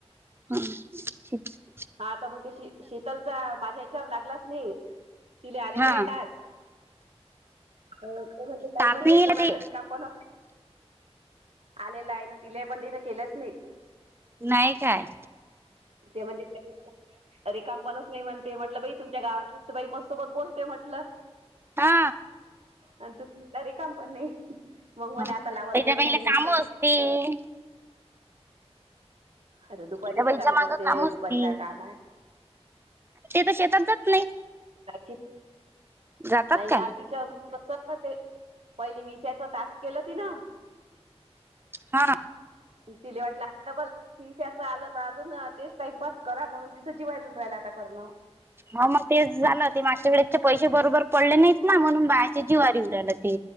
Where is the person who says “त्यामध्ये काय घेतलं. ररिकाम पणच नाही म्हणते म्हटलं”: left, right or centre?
Right